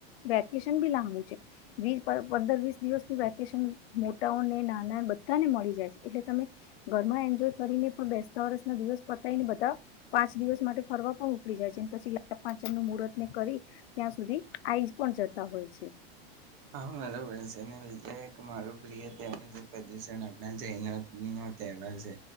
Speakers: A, on the left; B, on the right.
A: વેકેશન બી લાંબુ છે, વીર પર પંદર વિસ દિવસનું વેકેશન મોટાઓને નાના બધાને મળી જાય છે, એટલે તમે ઘરમાં એન્જોય કરીને પણ બેસ્ટ વરસના દિવસ પતાય ને બધા પાંચ દિવસ માટે ફરવા પણ ઉપડી જાય છે, પછી લા પાચમનું મુરતને કરી ત્યાં સુધી આઈજ પણ જતા હોય છે.
B: હા, મારો પન છ ને બીજે એક મારો પ્રિય તહેવાર છે, પદયુશણ આપના જૈનોની નો તહેવાર છે,